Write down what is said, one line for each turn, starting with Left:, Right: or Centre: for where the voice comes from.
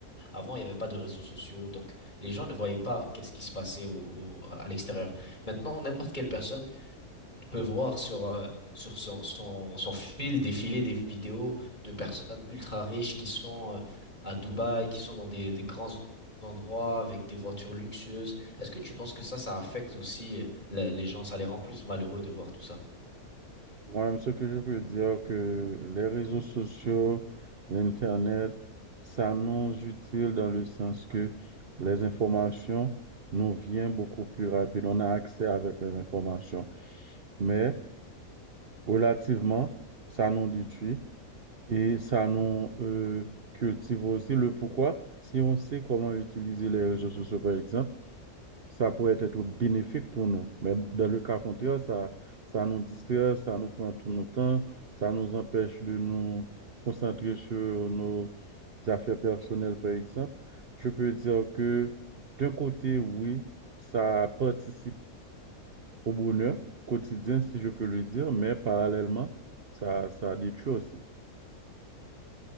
Left: avant, il n'y avait pas de réseaux sociaux, donc les gens ne voyaient pas qu'est-ce qui se passait au, au- à l'extérieur. Maintenant, n'importe quelle personne on peut voir sur, euh, sur son, son, son fil défiler des vidéos de personnes ultra riches qui sont euh, à Dubaï, qui sont dans des, des grands endroits avec des voitures luxueuses. Est-ce que tu penses que ça, ça affecte aussi euh, la- les gens, ça les rend plus malheureux de voir tout ça?
Right: Moi, ce que je peux dire que les réseaux sociaux, l'Internet, ça nous utile dans le sens que les informations nous viennent beaucoup plus rapide. On a accès avec les informations. Mais relativement, ça nous détruit et ça nous euh, cultive aussi le pourquoi. Si on sait comment utiliser les réseaux sociaux, par exemple, ça pourrait être bénéfique pour nous. Mais dans le cas contraire, ça, ça nous distrait, ça nous prend tout notre temps, ça nous empêche de nous concentrer sur nos affaires personnelles, par exemple. Je peux dire que d'un côté, oui, ça participe au bonheur quotidien, si je peux le dire, mais parallèlement, ça, ça détruit aussi.